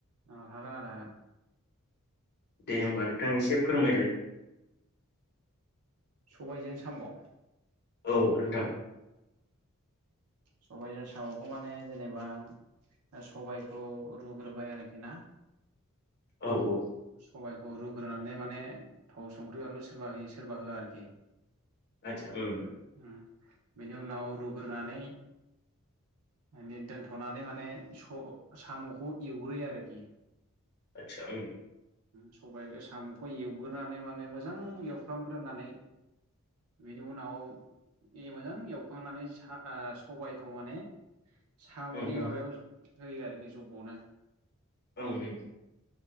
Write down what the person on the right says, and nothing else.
औ हागोन आदा हागोन।
सबायजों साम औ।
सबायजों सामखौ माने जेनेबा सबायखौ रुग्रोबाय आरोखि ना। <inaudible>
सबायाइखौ रुग्रोनानै माने थाव संख्रि बानलु सोरबा होयो सोरबा होआ आरोखि
उम बेनि उनाव रुग्रोनानै मे दोनथनानै माने सामखौ एवग्रोयो आरोखि।
सबाय सामखौ एवग्रोनानै माने मोजां एवफ्रामग्रोनानै बिनि उनाव ए मोजां एवखांनानै सा-ओ-सबायखौ माने सामनि
माबायाव होयो आरोखि जबनो